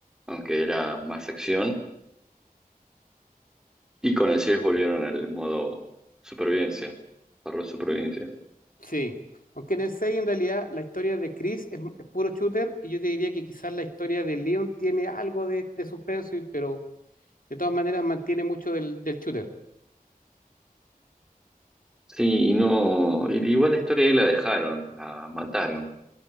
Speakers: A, in the centre; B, on the left.
A: aunque era más acción. Y con el 6 volvieron al modo supervivencia, horror supervivencia.
B: Sí. Aunque en el 6 en realidad la historia de Chris es, es puro shooter y yo te diría que quizás la historia de Leon tiene algo de, de suspenso, y- pero de todas maneras mantiene mucho del, del shooter.
A: Sí, y no. y Igual la historia ahí la dejaron, la mataron